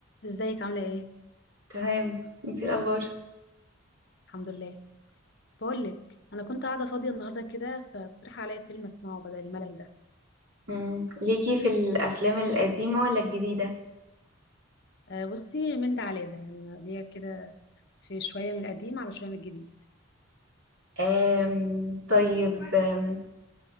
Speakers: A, on the left (about 55°); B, on the right (about 80°).
A: ازيك عاملة ايه؟
B: تمام انتي إيه الاخبار
A: الحمد لله بقولك انا كنت قاعدة فاضية النهاردة كده فاقترح عليا فيلم اسمعه بدل الملل ده
B: مم. ليكي في الافلام القديمه ولا الجديده
A: أه بصي من ده على ده يعني ليا كده في شوية من القديم على شوية من الجديد
B: أم... طيب أم...